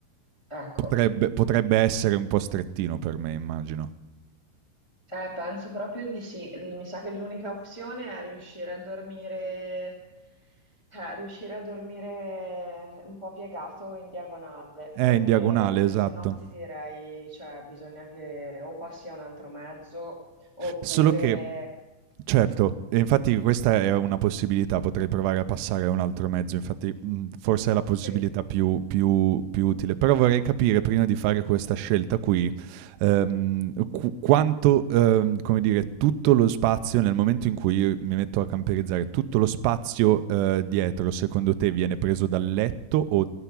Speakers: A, on the left; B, on the right.
A: ecco.
B: Potrebbe, potrebbe essere un po' strettino per me, immagino.
A: Eh, penso proprio di sì. L- Mi sa che l'unica opzione è riuscire a dormire, eh, riuscire a dormire un po' piegato in diagonale,
B: È
A: perché
B: in diagonale, esatto.
A: se no ti direi, cioè, bisogna che o passi a un altro mezzo, oppure
B: Solo che Certo, e infatti questa è una possibilità, potrei provare a passare a un altro mezzo, infatti mh, forse è la possibilità
A: se,
B: più, più- più utile, però vorrei capire prima di fare questa scelta qui ehm, qu- quanto, ehm, come dire, tutto lo spazio, nel momento in cui io mi metto a camperizzare, tutto lo spazio eh, dietro, secondo te viene preso dal letto o